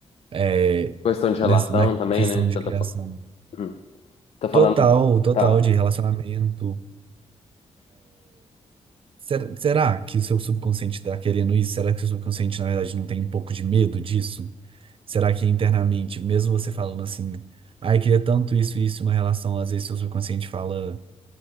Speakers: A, on the right; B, on the left.
A: é,
B: questão de relação
A: nessa, na
B: também,
A: questão
B: né? que
A: de
B: Você
A: criação
B: tá falando. Hum, tá falando.
A: total, total
B: Tá, tá.
A: de relacionamento. Será, será que o seu subconsciente está querendo isso? Será que o seu subconsciente, na verdade, não tem um pouco de medo disso? Será que internamente, mesmo você falando assim, ai, queria tanto isso e isso, uma relação, às vezes seu subconsciente fala,